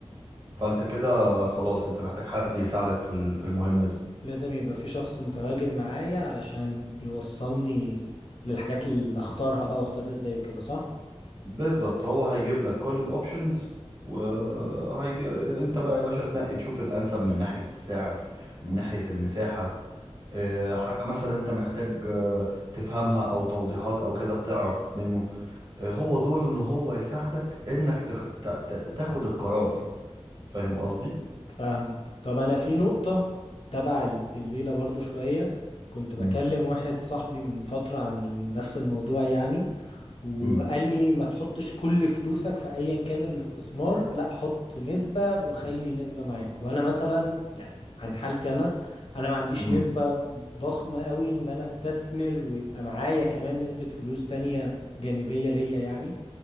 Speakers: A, on the right; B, on the left.
A: فانت كده خلاص انت محتاج حد يساعدك في ال- في المهمة دي
B: لازم يبقى في شخص متواجد معايا علشان يوصلني للحاجات اللي اختارها بقى واختار ده ازاي وكده صح
A: بالظبط هو هيجيب لك كل الاوبشنز وهي... انت بقى يا باشا تنقي تشوف الانسب من ناحية السعر من ناحية المساحة اه، حاجة مثلا انت محتاج اه، تفهمها او توضيحات او كده بتعرف منه اه، هو دوره ان هو يساعدك انك تخ... ت... ت... تاخد القرار فاهم قصدي؟
B: فاهمك طب انا في نقطة تبع ال- الليلة برضو شوية كنت بكلم
A: مم.
B: واحد صاحبي من فترة عن نفس الموضوع يعني وقال
A: مم.
B: لي ما تحطش كل فلوسك في ايا كان الاستثمار لا حط نسبة وخلي نسبة معاك وانا مثلا يعني عن حالتي انا انا ما عنديش
A: مم.
B: نسبة ضخمة قوي ان انا استثمر ويبقى معايا كمان نسبة فلوس تانية جانبية ليا يعني